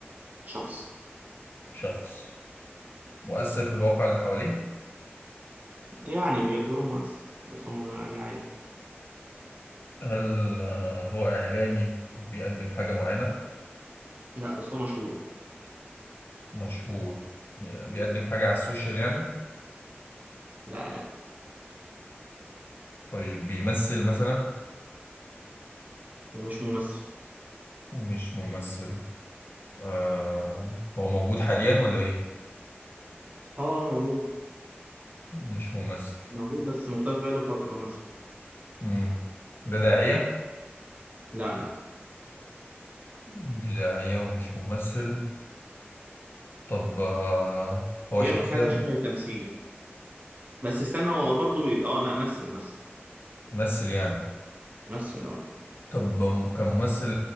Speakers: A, on the right; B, on the left.
A: شخص
B: شخص مؤثر في الواقع اللي حواليه
A: يعني بيعتبروه مؤثر بس هو يعني عادي
B: هل آه، هو إعلامي وبيقدم حاجة معينة
A: لا بس هو مشهور
B: مشهور بيقدم حاجة على السوشيال يعني
A: لا لا
B: طيب بيمثل مثلا
A: هو مش ممثل
B: مش ممثل آه هو موجود حاليا ولا ايه
A: اه آه، موجود
B: مش ممثل
A: موجود بس مختفي بقاله فترة مثلا
B: مم. ده داعية
A: لا لا
B: مش داعية ومش ممثل طب آه هو
A: بيعمل
B: شخصية
A: حاجة شبه التمثيل بس استنى هو برضه بي... اه لا مثل مثل
B: ممثل يعني
A: مثل اه
B: طب كان ممثل